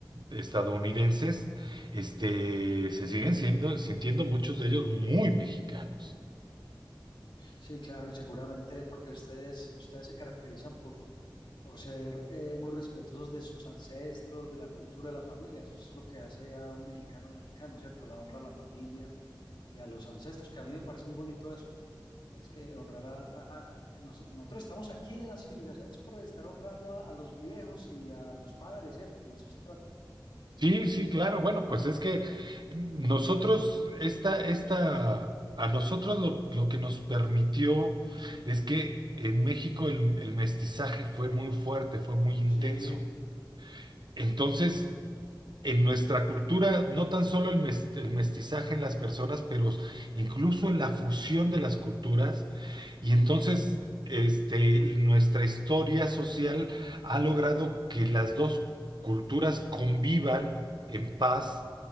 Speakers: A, on the right; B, on the left.
A: estadounidenses, este, se siguen siendo, sintiendo muchos de ellos muy mexicanos.
B: Sí, claro, y seguramente porque ustedes, ustedes se caracterizan por por ser eh, muy respetuosos de sus ancestros, de la cultura de la familia. Eso es lo que hace a un mexicano mexicano, ¿cierto? La honra a la familia y a los ancestros, que a mí me parece muy bonito eso. Es que honrar a... a- a- nos- nosotros estamos aquí en las civilizaciones por estar honrando a, a los viejos y a los padres, ¿cierto? De eso se trata.
A: Sí, sí, claro. Bueno, pues es que nosotros, esta, esta, a nosotros lo, lo que nos permitió es que en México el, el mestizaje fue muy fuerte, fue muy intenso.
B: Sí,
A: Entonces, en nuestra cultura, no tan solo el, mes- el mestizaje en las personas, pero incluso en la fusión de las culturas. Y entonces, este, nuestra historia social ha logrado que las dos culturas convivan en paz